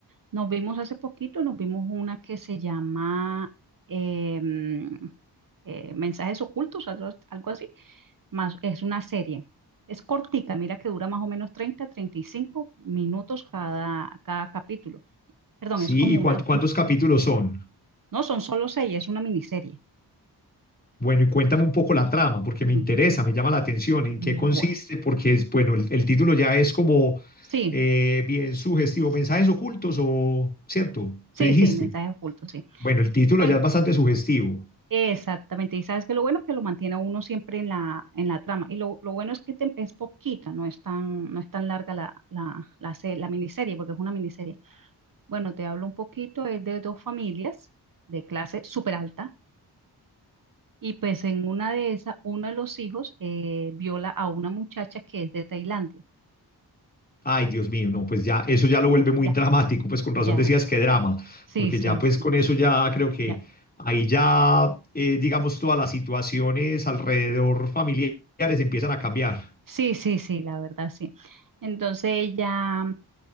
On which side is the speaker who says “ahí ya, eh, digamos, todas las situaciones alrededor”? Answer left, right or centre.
Left